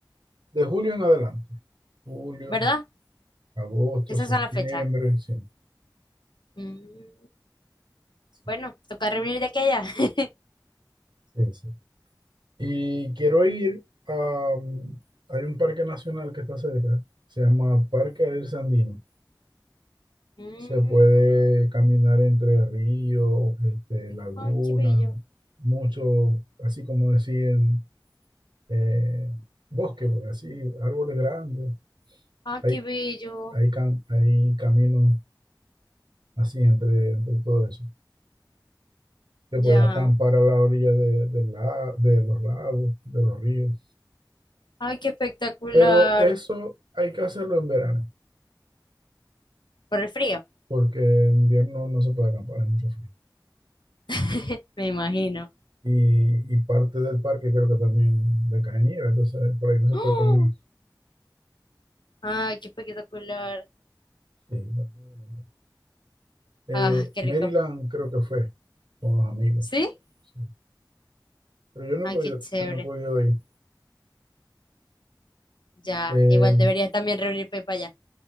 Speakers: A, on the right; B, on the left.
A: de julio en adelante. Julio,
B: ¿verdad?
A: agosto,
B: Esas
A: septiembre,
B: son las fechas.
A: sí.
B: Mm,
A: Sí,
B: Bueno, toca reunir de aquella. <laughs>
A: sí. sí. Y quiero ir a... mm, Hay un parque nacional que está cerca, se llama Parque del Sandino.
B: Mm,
A: Se puede caminar entre ríos, este, lagunas,
B: Ay, qué bello.
A: mucho, así como decían, eh, bosque, pues, así, árboles grandes.
B: Ay,
A: Hay,
B: qué bello.
A: hay, cam hay caminos así entre, entre todo eso. Se
B: Ya.
A: puede acampar a la orilla de, de la- de los lagos, de los ríos.
B: Ay, qué espectacular.
A: Pero eso hay que hacerlo en verano.
B: Por el frío,
A: porque en invierno no se puede acampar, es mucho frío.
B: <laughs> me imagino.
A: Y, y parte del parque creo que también le cae nieve, entonces por ahí no se
B: ¡Oh!
A: puede caminar.
B: Ay, qué espectacular.
A: Sí, está muy bonito. Eh,
B: Ah, qué
A: Maryland
B: rico.
A: creo que fue con los amigos,
B: ¿Sí?
A: sí. Pero yo no
B: Ay,
A: he podido,
B: qué chévere.
A: yo no he podido ir.
B: Ya.
A: Eh,
B: Igual deberías también reunirte para allá.